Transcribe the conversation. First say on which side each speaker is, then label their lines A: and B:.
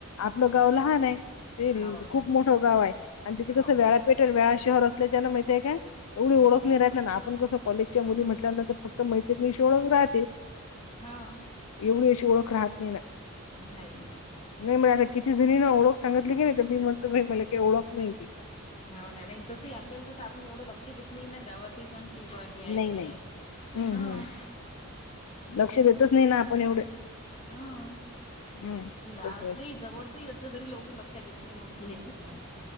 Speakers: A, on the left; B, on the left.
A: आपलं गाव लहान आहे ते
B: हो
A: खूप
B: हो
A: मोठं गाव आहे. आणि त्याचे
B: हो
A: कसं वेळ पेटल व्याळा शहर असल्याच्या ना माहितीय काय एवढी
B: हम्म
A: ओळखणी नाही राह ना आपण कसं कॉलेजच्या मुली म्हटल्यानंतर फक्त मैत्रिणी ओळख राहते.
B: हो
A: एवढी अशी ओळख राहत नाही ना.
B: नाही
A: नाही मला आता किती जणी ना ओळख सांगितली की नाही तर, मी म्हणतो भ मला की ओळख नाही ती.
B: हाव ना, नाही तसंही आपल्याला कसं आपण एवढं लक्षही देत नाही ना गावातही पण. की बा हे आहे
A: नाही
B: ते
A: नाही
B: आहे
A: हम्म
B: हां.
A: हम्म लक्ष देतच नाही ना आपण एवढे
B: हा,
A: हम्म तसच
B: असले जवळचही अस तरी लवकर लक्षात येत नाही मग की हेच आहेत म्हणून.